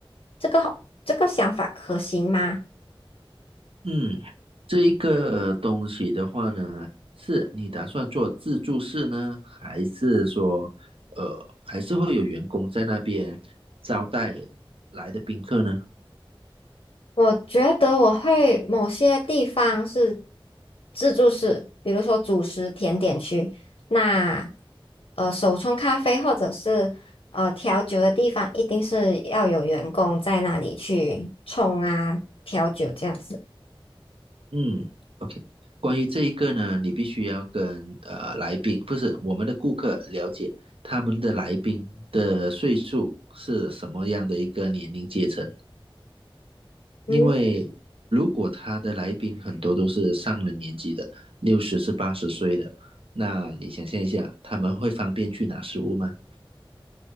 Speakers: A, on the left; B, on the right.
A: 这个好这个想法可行吗？
B: 嗯，这一个东西的话呢，是你打算做自助式呢，还是说，呃，还是会有员工在那边招待来的宾客呢？
A: 我觉得我会某些地方是自助式，比如说主食甜点区，那呃手冲咖啡或者是呃调酒的地方，一定是要有员工在那里去冲啊调酒这样子。
B: 嗯，OK。关于这一个呢，你必须要跟呃来宾，不是我们的顾客了解他们的来宾的岁数是什么样的一个年龄阶层。因为如果他的来宾很多都是上了年纪的，
A: 嗯。
B: 六十是八十岁的，那你想象一下，他们会方便去拿食物吗？